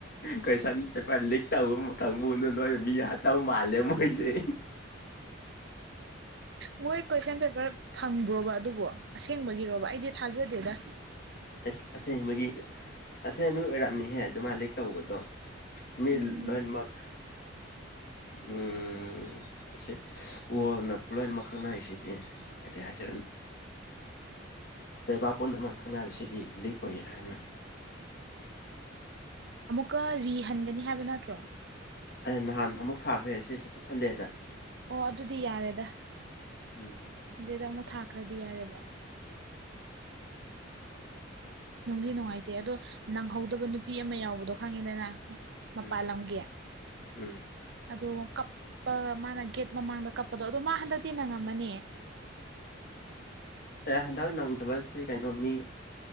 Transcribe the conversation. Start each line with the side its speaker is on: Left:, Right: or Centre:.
Left: ꯈꯁꯥꯟ ꯄꯦꯄꯔ ꯂꯤꯈꯛꯇ ꯃꯈ ꯃ ꯑꯣꯏ ꯃꯤ ꯌꯥ ꯇꯥꯎ ꯃꯥꯂꯃꯣꯏꯁꯦ
Right: ꯃꯣꯏ ꯀꯣꯏꯁꯟ ꯄꯦꯄꯔ ꯐꯪꯕ꯭ꯔꯣꯕ ꯑꯗꯨꯕꯣ ꯑꯁꯦꯡꯕꯒꯤꯔꯣꯕ ꯑꯩꯗꯤ ꯊꯥꯖꯗꯦꯗ
Left: ꯁ ꯑꯁꯦꯡꯕꯒꯤ ꯑꯁꯦꯡꯕꯒꯤ ꯑꯣꯏꯔꯝꯑꯅꯤꯍꯦ ꯑꯗꯨꯃ ꯂꯤꯛ ꯇꯧꯕꯗꯣ ꯃꯤ
Right: ꯎꯝ
Left: ꯂꯦꯟꯃꯔꯛ ꯎꯝ ꯁꯤ ꯑꯣꯅ ꯂꯣꯏꯅ ꯃꯈꯪꯅꯅꯥꯏꯁꯤꯗꯤ ꯀꯔꯤ ꯍꯥꯏꯖꯔꯒꯦ ꯎꯝ ꯂꯩꯕꯥꯛꯄꯨꯝꯃꯛ ꯈꯪꯅꯔꯤꯁꯤꯗꯤ ꯂꯤꯛ ꯑꯣꯏꯒꯦ ꯍꯥꯏꯅ
Right: ꯛꯀ ꯔꯤ ꯍꯟꯒꯅꯤ ꯍꯥꯏꯕ ꯅꯠꯇ꯭ꯔꯣ
Left: ꯑꯩ ꯅꯍꯥꯟ ꯑꯃꯨꯛ ꯊꯥꯈ꯭ꯔꯦ ꯁꯤ ꯁꯟꯗꯦꯗ
Right: ꯑꯣ ꯑꯗꯨꯗꯤ ꯌꯥꯔꯦꯗ
Left: ꯎꯝ
Right: ꯁꯟꯗꯦꯗ ꯑꯃꯨꯛ ꯊꯥꯈ꯭ꯔꯗꯤ ꯌꯥꯔꯦꯕ ꯅꯨꯡꯗꯤ ꯅꯨꯡꯉꯥꯏꯇꯦ ꯑꯗꯣ ꯅꯪꯍꯧꯗꯕ ꯅꯨꯄꯤ ꯑꯃ ꯌꯥꯎꯕꯗꯣ ꯈꯪꯉꯦꯗꯅ ꯃꯄꯥꯜ
Left: ꯎꯝ
Right: ꯂꯝꯒꯤ
Left: ꯎꯝ
Right: ꯑꯗꯣ ꯀꯞꯄ ꯃꯥꯅ ꯒꯦꯠ ꯃꯃꯥꯡꯗ ꯀꯞꯄꯗꯣ ꯑꯗꯣ ꯃꯥ ꯍꯟꯗꯛꯇꯤ ꯅꯪꯉꯝꯃꯅꯤ <inaudible>
Left: ꯑꯦ ꯍꯟꯗꯛ ꯅꯪꯗꯕꯁꯤ ꯀꯩꯅꯣ ꯃꯤ